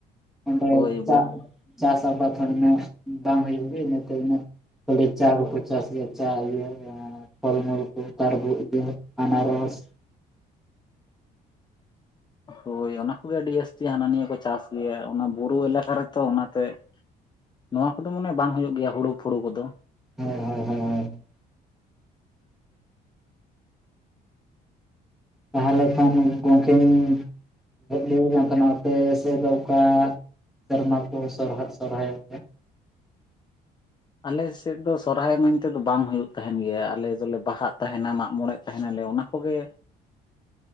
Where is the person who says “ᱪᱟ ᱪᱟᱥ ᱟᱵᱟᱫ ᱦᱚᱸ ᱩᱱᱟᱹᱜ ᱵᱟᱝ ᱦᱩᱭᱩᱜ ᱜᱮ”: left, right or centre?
Centre